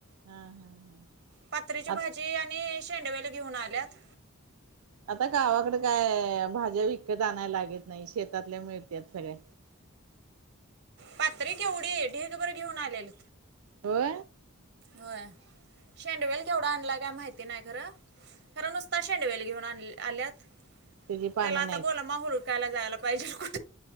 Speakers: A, on the right; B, on the right.
A: हा हा हा.
B: पात्रची भाजी.....
A: आ
B: आणि शेंडवेली घेऊन आल्यात.....
A: आता गावाकडे काय भाज्या विकत आणायला लागत नाही शेतातल्या मिळतात सगळे.....
B: पात्र एवढी आहे ढेग बर घेऊन आलेल....
A: हो.
B: हो शेंडवेल केवढा आणला काय माहिती नाही खरं खरं नुसतं.... शेंडवेल घेऊन आल्यात
A: त्याची पानं
B: त्याला आता
A: नाहीत
B: गोला माहरकायला जायला पाहिजे कुठ.....